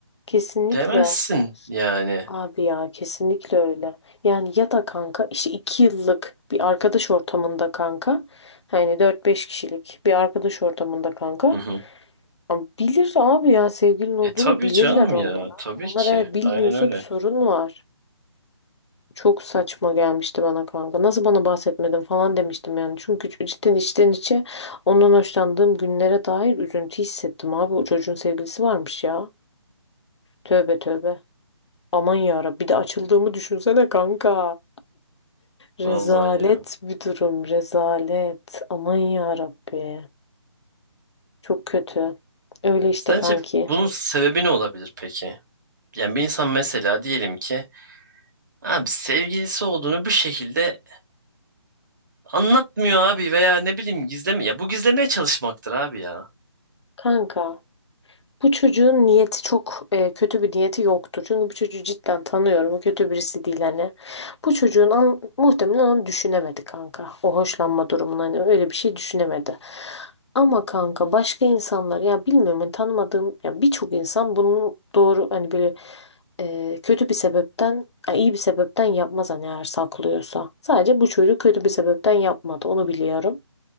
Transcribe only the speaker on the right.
demezsin yani.
Hı hı.
E tabii
canım
ya tabii
ki.
Aynen öyle.
Vallahi ya.
Sence
bunun sebebi ne olabilir peki? Yani bir insan mesela diyelim ki abi sevgilisi olduğunu bir şekilde Anlatmıyor abi veya ne bileyim gizleme ya bu gizlemeye çalışmaktır abi ya.